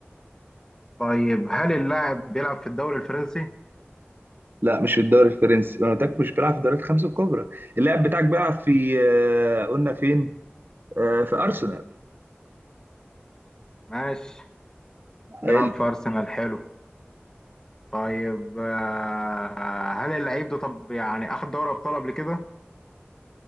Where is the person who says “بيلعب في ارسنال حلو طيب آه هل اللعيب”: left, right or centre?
Left